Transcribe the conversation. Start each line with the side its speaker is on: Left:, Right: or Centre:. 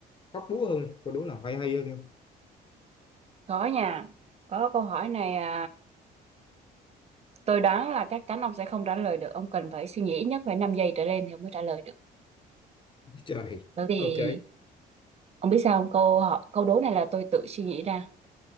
Left: hóc búa hơn câu đố nào hay hay hơn không
Right: Có nha. Có câu hỏi này à, tôi đoán là chắc chắn ông sẽ không trả lời được. Ông cần phải suy nghĩ ít nhất phải 5 giây trở lên thì ông mới trả lời được.
Left: trời
Right: Bởi vì
Left: ok
Right: ông biết sao không? Câu họ câu đố này là tôi tự suy nghĩ ra.